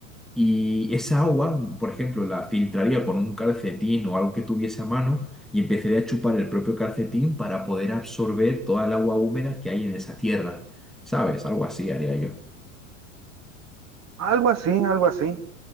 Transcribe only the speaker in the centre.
y esa agua, por ejemplo, la filtraría con un calcetín o algo que tuviese a mano y empezaría a chupar el propio calcetín para poder absorber toda el agua húmeda que hay en esa tierra. ¿Sabes? Algo así haría yo.